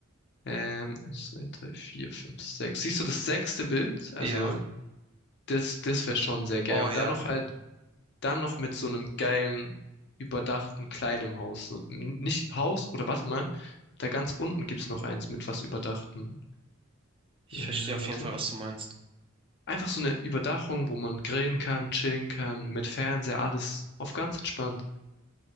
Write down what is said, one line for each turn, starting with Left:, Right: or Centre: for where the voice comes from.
Left: Ähm, eins, zwei, drei, vier, fünf, sechs. Siehst du das sechste Bild? Also
Right: Ja,
Left: das, das wäre schon sehr geil.
Right: oh
Left: Und
Right: ja,
Left: dann noch halt
Right: ja.
Left: Dann noch mit so einem geilen, überdachten, kleinen Haus. So, n- nicht Haus, oder warte mal, da ganz unten gibt's noch eins mit was Überdachten.
Right: Ich
Left: Äh,
Right: verstehe auf
Left: warte.
Right: jeden Fall, was du meinst.
Left: Einfach so eine Überdachung, wo man grillen kann, chillen kann, mit Fernseher, alles auf ganz entspannt.